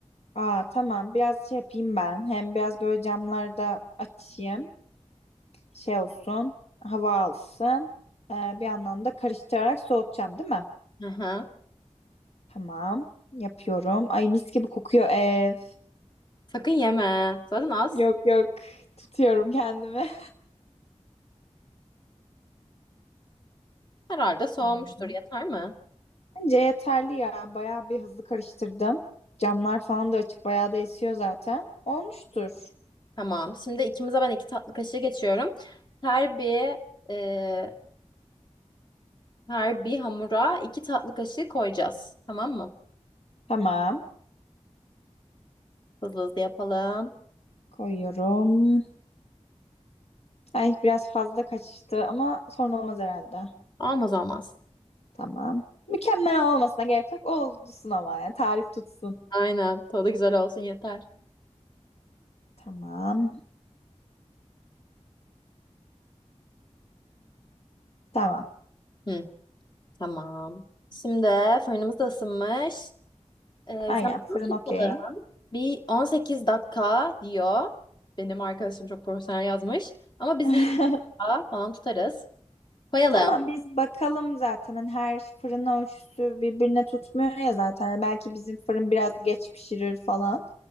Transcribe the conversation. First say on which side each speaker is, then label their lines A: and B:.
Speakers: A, on the left; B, on the left.
A: Aa tamam biraz şey yapayım ben. Hem biraz böyle camlarda açayım. şey olsun, hava alsın. Ee, bir yandan da karıştırarak soğutacağım, değil mi?
B: Hı hı.
A: Tamam. Yapıyorum. Ay mis gibi kokuyor ev.
B: Sakın yeme. Zaten az.
A: Yok yok. Tutuyorum kendimi.
B: Herhalde soğumuştur.
A: Tamam.
B: Yeter mi?
A: Bence yeterli ya. Bayağı bir hızlı karıştırdım. Camlar falan da açık. Bayağı da esiyor zaten. Olmuştur.
B: Tamam. Şimdi ikimize ben iki tatlı kaşığı geçiyorum. Her bir e, her bir hamura iki tatlı kaşığı koyacağız. Tamam mı?
A: Tamam.
B: Hızlı hızlı yapalım.
A: Koyuyorum. Ay biraz fazla kaçtı ama sorun olmaz herhalde.
B: Olmaz olmaz.
A: Tamam. Mükemmel olmasına gerek yok. Olsun ama yani tarif tutsun.
B: Aynen. Tadı güzel olsun yeter.
A: Tamam. Tamam.
B: Hı, tamam. Şimdi fırınımız da ısınmış. E,
A: Aynen
B: zaman
A: fırın
B: tutmadı.
A: okey.
B: Bir 18 dakika diyor. Benim arkadaşım çok profesyonel yazmış. Ama biz
A: <laughs>
B: bir 20 dakika falan tutarız. Koyalım.
A: Tamam biz bakalım zaten hani her fırın ölçüsü birbirine tutmuyor ya zaten Hani belki bizim fırın biraz geç pişirir falan